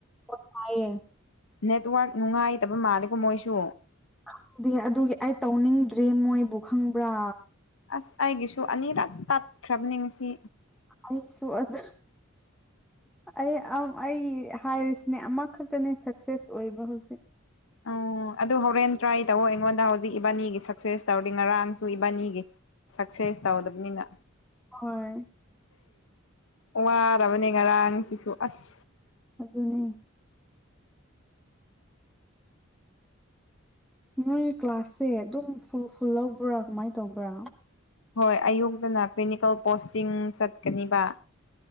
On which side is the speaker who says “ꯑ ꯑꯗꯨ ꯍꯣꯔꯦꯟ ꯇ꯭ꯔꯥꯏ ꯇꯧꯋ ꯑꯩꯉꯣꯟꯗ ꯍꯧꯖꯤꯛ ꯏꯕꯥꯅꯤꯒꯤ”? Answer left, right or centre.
Left